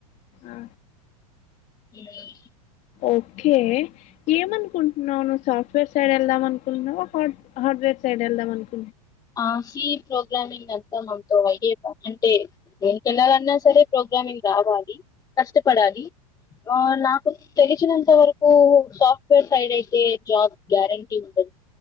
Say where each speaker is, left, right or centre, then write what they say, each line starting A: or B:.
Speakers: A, on the left; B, on the left.
A: ఆ
B: <unintelligible>
A: ఓకే ఏమనుకుంటున్నావు నువ్వు సాఫ్ట్వేర్ సైడ్ వెళ్దాం అనుకుంటున్నావా హ హార్డ్వేర్ సైడ్ వెళ్దాం అనుకున్
B: ఆ సీ పో ప్రోగ్రామింగ్ అంతా మంతో అయ్యే పని అంటే దేనికికెళ్ళాలన్నా సరే ప్రోగ్రామింగ్ రావాలి కష్టపడాలి ఆ నాకు తెలిచినంత ఇంత వరకు సాఫ్ట్వేర్ సైడ్ అయితే జాబ్ గ్యారంటీ ఉంటుంది